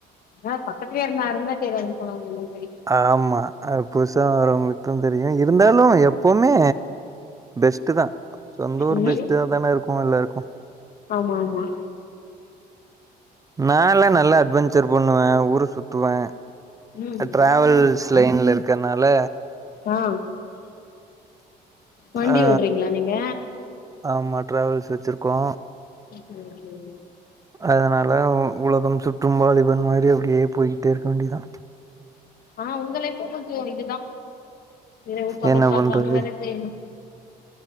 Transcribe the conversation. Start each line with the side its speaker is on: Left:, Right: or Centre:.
Left: அ பக்கத்துலயே இருந்தா அரும தெரியாது சொல்லுவாங்ள அந்த மாரி
Right: ஆமா அது புதுசா வரவங்ளுக்கு தெரியு இருந்தாலு எப்பவுமே பெஸ்ட்தா சொந்த ஊர்
Left: ம்
Right: பெஸ்ட் தானே இருக்கு எல்லாருக்கு
Left: ஆமா ஆமா
Right: நால்லா நல்ல அட்வேஞ்சர் பண்ணுவே ஊர சுத்துவே
Left: ம்
Right: டிராவல்ஸ் லைன்ல இருக்ற்னால
Left: ஆ வண்டி
Right: அ
Left: ஓட்றீங்களா நீங்க
Right: ஆமா ட்ராவல்ஸ் வச்ருக்கோ
Left: சேரி சேரி
Right: அதனால உலகம் சுற்றும் வாலிபன் மாரி அப்டியே பொய்கிட்டே இருக்க வேண்டியதா
Left: அ உங்க லைஃப்பு கொஞ்சோ இதுதா இரவு பகல்
Right: என்ன
Left: பாக்காம
Right: பண்றது
Left: வேல செய்யணு